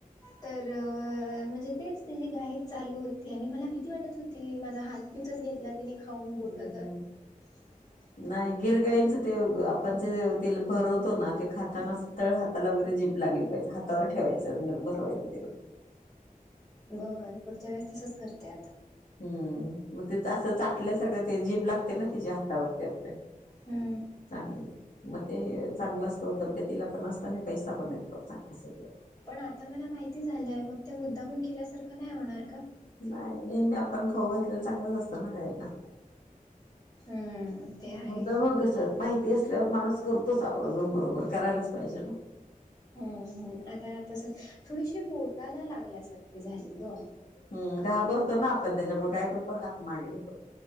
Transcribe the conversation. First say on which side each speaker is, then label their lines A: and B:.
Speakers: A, on the left; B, on the left.
A: तरं म्हणजे तेचं तिची घाई चालूं होती आणि मलां भीती वाटतं होती ती माझां हात बीथंच घेतलां तिने खाऊन बोट
B: हं
A: <unintelligible>
B: नाही गिरगांईंचं ते आपणं जे ते भरवतो नां ते खांताना तळं हातालां वगैरें जीप लागली पाहिजे हातांवर ठेवायचं भरवायचं तिलां
A: बरं पुढच्या वेळेस तसंच करते आता.
B: हम्म मग ते असं चाटल्यासारखं ते जीभ लागते ना तिच्या हातावरती आपल्या
A: हम्म.
B: चांगली मग ते चांगलं असतो तब्येतीला पण असतो आणि पैसा पण येतो चांग सगळं
A: पण आता त्याला माहिती झालंय मग त्या मुद्दामून केल्यासारखं नाही होणार का?
B: नाही नेहमी आपण खाऊ घातलेलं चांगलंच नसतं ना गाईला
A: हम्म, ते आहे
B: मुद्दामून कस? माहिती असल्यावर माणूस करतोच आवर्जून बरोबर करायलाच पाहिजे ना
A: हम्म् आता तस थोडीशी बोटाला लागल्यासारखी झाली ग
B: हम्म घाबरतो ना आपण त्याच्यामुळे काय करतो हात मागे घेतो.